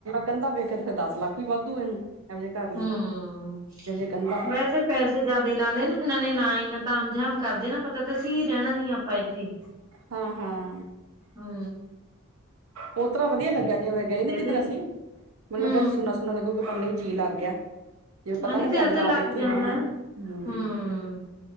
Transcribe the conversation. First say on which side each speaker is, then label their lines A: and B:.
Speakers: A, on the right; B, on the right.
A: ਕੰਧਾ ਵੇਖ ਕੇ 'ਤੇ ਫਿਰ ਦਸ ਲੱਖ ਵੀ ਵਾਧੂ, ਇਹਨੂੰ ਇਹੋ ਜਿਹੇ ਘਰ ਨੂੰ।
B: ਹਮ
A: ਜੇ ਕਹਿੰਦਾ
B: ਵੈਸੇ ਪੈਸੇ ਜ਼ਿਆਦੇ ਲਾ ਲਏ ਨਾ ਇਹਨਾਂ, ਨੇ ਨਾ ਇੰਨਾ ਤਾਮਝਾਮ ਕਰਦੇ। ਨਾ ਪਤਾ ਤਾਂ ਸੀ, ਰਹਿਣਾ ਨੀ ਆਪਾਂ ਇੱਥੇ।
A: ਹਾਂ-ਹਾਂ।
B: ਹੂੰ
A: ਉਹ ਤਰ੍ਹਾਂ ਵਧੀਆ ਲੱਗਿਆ, ਜਿਵੇਂ ਗਏ ਨੀ ਜਿੱਦਣ
B: ਤੇ
A: ਅਸੀਂ ਮੈਨੂੰ
B: ਹਮ
A: ਲੱਗਿਆ ਸੁਨਾ ਉਹਨਾਂ ਦਾ ਗੁਗ ਪਾਂਦੇ ਹੀ ਜੀ ਲੱਗ ਗਿਆ। ਜਿਵੇਂ ਪਤਾ
B: ਆਨੀ
A: ਨਾ ਵੀ
B: ਦਿਲ
A: ਅੱਜ
B: 'ਤੇ
A: ਰਾਤ
B: ਲੱਗ
A: ਇੱਥੇ
B: ਜਾਂਦਾ,
A: ਹੀ ਰਹਿਣਾ ਹੂੰ
B: ਹਮ।